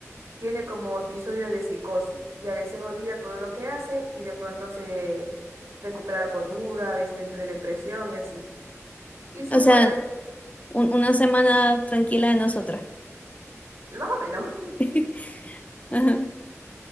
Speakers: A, on the right; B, on the left.
A: tiene como episodios de psicosis y a veces olvida todo lo que hace y de pronto se recupera la cordura, a veces entra en depresión y así. Y su
B: O sea,
A: poder,
B: un- una semana tranquila de nosotras.
A: más o menos.
B: <laughs> Ajá.